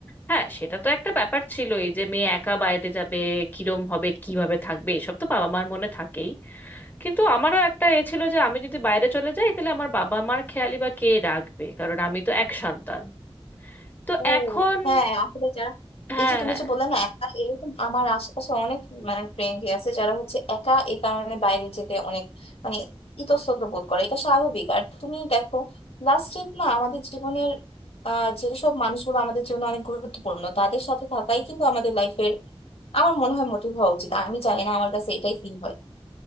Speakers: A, on the left; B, on the left.
A: হ্যাঁ সেটা তো একটা ব্যাপার ছিলই যে মেয়ে একা বাইরে যাবে কিরম হবে কিভাবে থাকবে এসব তো বাবা মার মনে থাকেই কিন্তু আমারও একটা এ ছিল যে আমি যদি বাইরে চলে যাই তাহলে আমার বাবা মার খেয়ালি বা কে রাখবে কারণ আমি তো এক সন্তান তো
B: ও
A: এখন
B: হ্যাঁ আসলে যারা
A: হ্যাঁ
B: এই যে তুমি যে বললে না একা এরকম আমার আশেপাশে অনেক মানে ফ্রেন্ড আছে যারা হচ্ছে একা এই কারণে বাইরে যেতে অনেক মানে ইতস্তত বোধ করে এটা স্বাভাবিক আর তুমি দেখো লাস্ট ট্রিপ না আমাদের জীবনের আহ যেসব মানুষগুলো আমাদের জীবনে অনেক গুরুত্বপূর্ণ তাদের সাথে থাকাই কিন্তু আমাদের লাইফের আমার মনে হয় মোটিভ হওয়া উচিত আমি জানি না আমার কাছে এটাই ফিল হয়